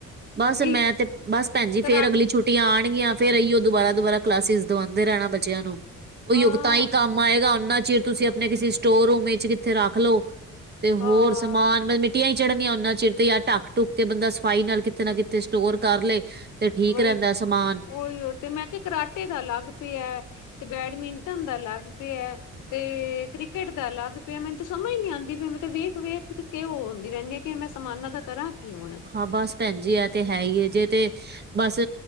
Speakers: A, on the right; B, on the left.
A: ਬਸ
B: ਕੀ
A: ਮੈਂ ਤੇ, ਬਸ ਭੈਣ ਜੀ ਫੇਰ
B: ਕਰਾ
A: ਅਗਲੀ ਛੁ ਛੁੱਟੀਆ ਆਣਗੀਆਂ। ਫਿਰ ਐਈਓ ਦੁਬਾਰਾ-ਦੁਬਾਰਾ ਕਲਾਸਿਸ ਦਵਾਂਦੇ ਰਹਿਣਾ ਬੱਚਿਆਂ ਨੂੰ ਉਈਓ
B: ਹਾਂ
A: ਗੱਤਾ ਈ ਕੰਮ ਆਏਗਾ। ਓਨਾ ਚਿਰ ਤੁਸੀਂ ਆਪਣੇ ਕਿਸੀ ਸਟੋਰ ਰੂਮ ਵਿੱਚ ਕਿੱਥੇ ਰੱਖਲੋ। ਤੇ ਹੋਰ
B: ਹਾਂ
A: ਸਮਾਨ ਮੇ-ਮਿੱਟੀਆ ਈ ਚੜ੍ਹਨੀਆਂ ਉਨ੍ਹਾਂ ਚਿਰ 'ਤੇ। ਜਾ ਢੱਕ-ਢੁੱਕ ਕੇ ਬੰਦਾ ਸਫ਼ਾਈ ਨਾਲ ਕਿਤ ਕਿਤੇ ਨਾ ਕਿਤੇ ਸਟੋਰ ਕਰ ਲਏ ਤੇ ਠੀਕ
B: ਵਹੀ
A: ਰਹਿੰਦਾ ਸਮਾਨ
B: ਉਹੀਓ ਤੇ ਮੈਂ ਕਿਹਾ ਕਰਾਟੇ ਦਾ ਅਲੱਗ ਪਿਆ ਤੇ ਬੈਡਮਿੰਟਨ ਦਾ ਅਲੱਗ ਪਿਆ ਤੇ ਕ੍ਰਿਕਟ ਦਾ ਅਲੱਗ ਪਿਆ। ਮੈਨੂੰ ਤਾਂ ਸਮਝ ਨੀ ਆਂਦੀ ਵੀ ਮੈ ਤਾ ਵੇਖ-ਵੇਖ ਕੇ ਉਹ ਹੁੰਦੀ ਰਹਿੰਦੀ ਆ ਕਿ ਮੈਂ ਸਮਾਨਾਂ ਦਾ ਕਰਾਂ ਕੀ ਹੁਣ।
A: ਹਾਂ ਬਸ, ਭੈਣਜੀ ਐ ਤੇ ਹੈ ਈ ਏ। ਜੇ ਤੇ ਬਸ,